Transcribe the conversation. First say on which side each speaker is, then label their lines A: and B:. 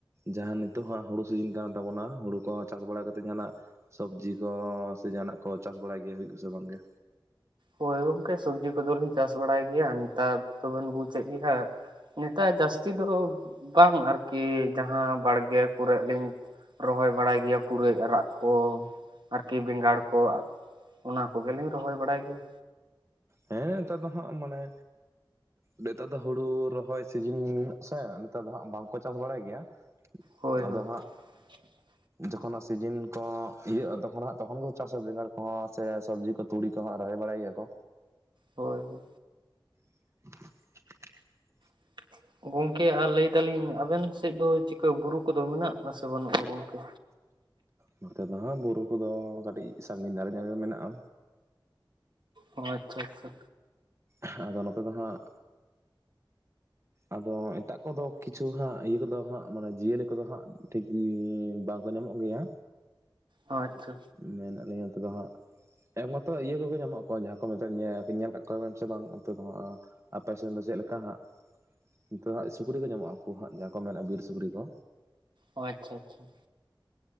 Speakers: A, on the right; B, on the right.
A: ᱡᱟᱦᱟᱸ ᱱᱤᱛᱚᱦᱟᱜ ᱦᱳᱲᱳ ᱥᱤᱡᱤᱱ ᱠᱟᱱ ᱛᱟᱵᱚᱱᱟ ᱦᱩᱲᱩ ᱠᱚᱦᱚᱸ ᱪᱟᱥ ᱵᱟᱲᱟ ᱠᱟᱛᱮ ᱡᱟᱦᱟᱱᱟᱜ ᱥᱚᱵᱽᱡᱤ ᱠᱚ ᱥᱮ ᱡᱟᱦᱱᱟᱜ ᱠᱚ ᱪᱟᱥ ᱵᱟᱲᱟᱭ ᱜᱮᱭᱟ ᱦᱩᱭᱩᱜ ᱟᱥᱮ ᱵᱟᱝᱜᱮ?
B: ᱦᱚᱳᱭ ᱜᱚᱝᱠᱮ ᱥᱚᱵᱽᱡᱤ ᱠᱚᱫᱚ ᱞᱤᱧ ᱪᱟᱥ ᱵᱟᱲᱟᱭ ᱜᱮᱭᱟ ᱱᱤᱛᱟᱨ ᱫᱚᱵᱮᱱ ᱵᱩᱡᱮ ᱮᱜ ᱜᱮᱭᱟ᱾ ᱱᱮᱛᱟ ᱡᱟᱹᱥᱛᱤ ᱫᱚ ᱵᱟᱝ ᱟᱨᱠᱤ ᱡᱟᱦᱟᱸ ᱵᱟᱲᱜᱮ ᱠᱚᱨᱮ ᱞᱤᱧ ᱨᱚᱦᱚᱭ ᱵᱟᱲᱟᱭ ᱜᱮᱭᱟ ᱯᱩᱨᱟᱹᱭ ᱟᱨᱟᱜ ᱠᱚ, ᱟᱨᱠᱤ ᱵᱮᱸᱜᱟᱲ ᱠᱚ ᱚᱱᱟ ᱠᱚᱜᱮᱞᱤᱧ ᱨᱚᱦᱚᱭ ᱵᱟᱲᱟᱭ ᱜᱮᱭᱟ᱾
A: ᱦᱮᱸ ᱱᱮᱛᱟᱨ ᱫᱚ ᱦᱟᱸᱜ ᱢᱟᱱᱮ᱾᱾ ᱱᱮᱛᱟᱨ ᱫᱚ ᱦᱩᱲᱩ ᱨᱚᱦᱚᱭ ᱥᱤᱡᱤᱱ ᱥᱮ ᱱᱮᱛᱟᱨ ᱫᱚ ᱦᱟᱸᱜ ᱵᱟᱝᱠᱚ ᱪᱟᱥ ᱵᱟᱲᱟᱭ ᱜᱮᱭᱟ᱾
B: ᱦᱳᱭ
A: ᱟᱫᱚ ᱦᱟᱸᱜ᱾᱾
B: <inaudible>
A: ᱡᱚᱠᱷᱚᱱᱟᱜ ᱥᱤᱡᱤᱱ ᱠᱚ ᱤᱭᱟ ᱛᱚᱠᱷᱚᱱ ᱛᱚᱠᱷᱚᱱ ᱜᱮ ᱪᱟᱥᱟ ᱵᱮᱸᱜᱟᱲ ᱠᱚᱦᱚᱸ ᱥᱮ ᱥᱚᱵᱽᱡᱤ ᱠᱚ ᱛᱩᱲᱤ ᱠᱚ ᱦᱟᱸᱜ ᱨᱚᱦᱚᱭ ᱵᱟᱲᱟᱭ ᱜᱮᱭᱟ ᱠᱚ᱾
B: ᱦᱳᱭ ᱦᱳᱭ᱾
A: <unintelligible>
B: <unintelligible> ᱜᱚᱝᱠᱮ ᱟᱨ ᱞᱟᱹᱭ ᱫᱟᱞ ᱤᱧ ᱟᱵᱮᱱ ᱥᱮᱫ ᱫᱚ ᱪᱤᱠᱟᱹ ᱵᱩᱨᱩ ᱠᱚᱫᱚ ᱢᱮᱱᱟᱜ ᱟ ᱥᱮ ᱵᱟᱹᱱᱩᱜᱼᱟ ᱜᱚᱝᱠᱮ?
A: ᱱᱚᱛᱮ ᱫᱚ ᱦᱟᱸᱜ ᱵᱩᱨᱩ ᱠᱚᱫᱚ ᱠᱟᱹᱴᱤᱡ ᱥᱟᱺᱜᱤᱧ ᱫᱷᱟᱨᱮ ᱡᱟᱨᱮ ᱨᱮᱜᱮ ᱢᱮᱱᱟᱜᱼᱟ᱾
B: ᱚᱸ ᱟᱪᱪᱷᱟ ᱟᱪᱪᱷᱟ᱾
A: ᱠᱷᱟᱸ ᱱᱚᱛᱮ ᱫᱚ ᱦᱟᱸᱜ ᱟᱫᱚ ᱮᱴᱟᱜ ᱠᱚᱫᱚ ᱠᱤᱪᱷᱩ ᱦᱟᱸᱜ ᱤᱭᱟᱹ ᱠᱚᱫᱚ ᱦᱟᱸᱜ ᱢᱟᱱᱮ ᱡᱤᱭᱟᱹᱞᱤ ᱠᱚᱫᱚ ᱦᱟᱸᱜ ᱴᱷᱤᱠ ᱤᱭᱭ ᱵᱟᱝᱠᱚ ᱧᱟᱢᱚᱜ ᱜᱮᱭᱟ᱾
B: ᱚᱸ ᱟᱪᱪᱷᱟ᱾
A: ᱢᱮᱱᱟᱜ ᱞᱤᱭᱟ ᱱᱤᱛᱚᱜ ᱫᱚ ᱦᱟᱸᱜ, ᱮᱠ ᱢᱟᱨᱛᱚ ᱤᱭᱟᱹ ᱠᱚᱜᱮ ᱧᱟᱢᱚᱜ ᱡᱟᱦᱟᱸ ᱠᱚ ᱢᱮᱛᱟᱜ, ᱧᱮᱞ- ᱞ, ᱧᱮᱞ ᱠᱟᱜ ᱠᱚᱣᱟ ᱯᱮ ᱥᱮ ᱵᱟᱝ ᱫᱚ ᱟᱯᱮᱥᱱ ᱫᱚ ᱪᱮᱫ ᱞᱮᱠᱟ ᱦᱟᱸᱜ᱾ ᱱᱤᱛᱚᱜ ᱟᱸᱜ ᱥᱩᱠᱨᱤ ᱠᱚ ᱧᱟᱢᱚᱜᱼᱟ ᱟᱠᱩ ᱦᱟᱸᱜ ᱡᱟᱦᱟᱸ ᱠᱚ ᱢᱮᱱᱟ ᱵᱤᱨ ᱥᱩᱠᱨᱤ ᱠᱚ᱾
B: ᱚ ᱟᱪᱷᱟ ᱟᱪᱷᱟ᱾